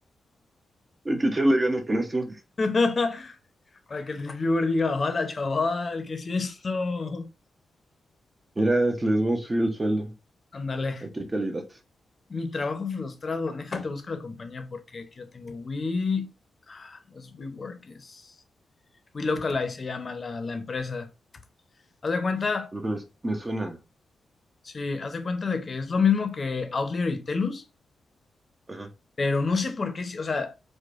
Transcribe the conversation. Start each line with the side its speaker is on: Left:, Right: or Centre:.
Right: Hay que echarle ganas con esto.
Left: <laughs> Para que el reviewer diga, hola, chaval, ¿qué es esto?
Right: Mira, les vamos a subir el sueldo.
Left: Ándale.
Right: Aquí qué calidad?
Left: Mi trabajo frustrado, déjate busco la compañía porque aquí yo tengo We, no es WeWork, es WeLocalize se llama la, la empresa. Haz de cuenta,
Right: Creo que les, me suena.
Left: sí, haz de cuenta de que es lo mismo que Outlier y Telus,
Right: Ajá.
Left: pero no sé por qué, si- o sea,